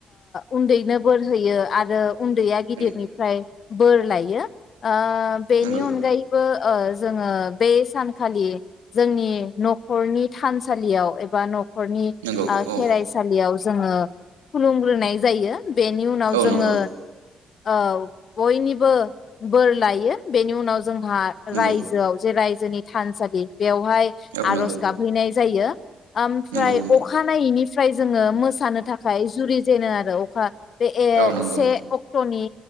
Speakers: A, on the left; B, on the right.
A: उन्दैनो बोर होयो। आरो उन्दैया गिदिरनिफ्राय
B: नंगौ
A: बोर लायो ओ बेनि
B: नंगौ
A: अनगायैबो जोङो बे सानखालि जोंनि न खरनि थानसालियाव एबा न। खरनि
B: नंगौ
A: खेरायसालिया
B: औ
A: जोङो खुलुमग्रोनाय जायो। बेनि उनाव
B: औ
A: जोङो।
B: नंगौ
A: औ बयनिबो बोर लायो बेनि उनाव जोंहा
B: नंगौ
A: रायजोआव जे जोंनि थानसालि बेवहाय
B: औ
A: आरज
B: नंगौ
A: हैनाय जायो। ओमफ्राय
B: नंगौ नंगौ
A: अखानायैनि फ्राय जोङो मोसानो थाखाय जुरि जेनो आरो अखा बे ए
B: औ नंगौ
A: से अक्टनि